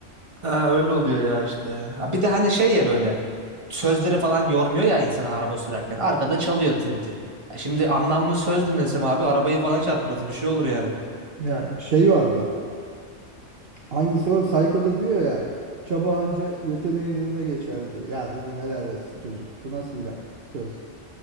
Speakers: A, on the right; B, on the right.
A: Ha, öyle oluyor ya işte. Ha, bir de hani şey ya böyle sözleri falan yormuyor ya insan araba sürerken. Arkada çalıyor Tintin. Şimdi anlamlı söz dinlesem abi arabayı falan çarparız bir şey olur yani.
B: Ya şey vardı. Hangisi o? Psycho'da diyor ya. Çaba anca yeteneğin önüne geçer diyor. Ya dedim helal olsun çocuk. Bu nasıl bir laf? söz?